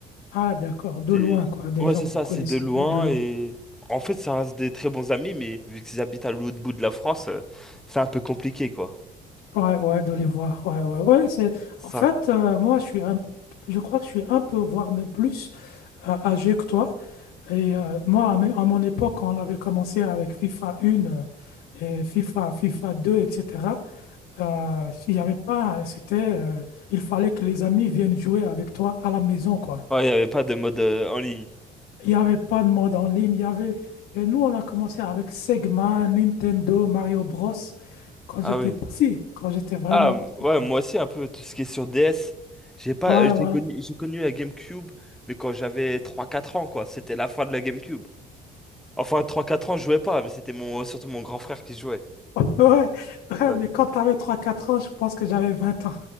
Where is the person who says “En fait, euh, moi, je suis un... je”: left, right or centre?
Left